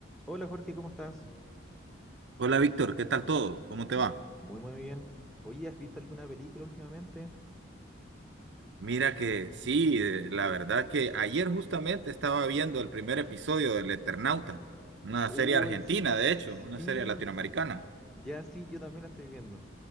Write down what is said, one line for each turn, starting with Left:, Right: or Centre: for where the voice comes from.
Centre: Hola Jorge, ¿cómo estás?
Right: Hola Víctor, ¿qué tal todo? ¿Cómo te
Centre: M-
Right: va?
Centre: Muy, muy bien. Oye, ¿has visto alguna película últimamente?
Right: Mira que sí, eh, la verdad que ayer justamente estaba viendo el primer episodio del Eternauta, una
Centre: Uy,
Right: serie argentina,
Centre: s-
Right: de hecho, una
Centre: sí,
Right: serie latinoamericana.
Centre: ya sí, yo también la estoy viendo.